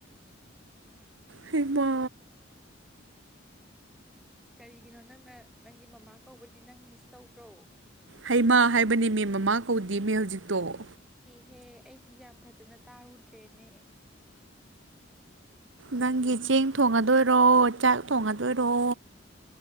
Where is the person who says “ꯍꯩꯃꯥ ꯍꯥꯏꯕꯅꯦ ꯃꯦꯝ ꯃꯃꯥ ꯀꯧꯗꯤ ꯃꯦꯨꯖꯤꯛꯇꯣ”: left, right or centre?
Right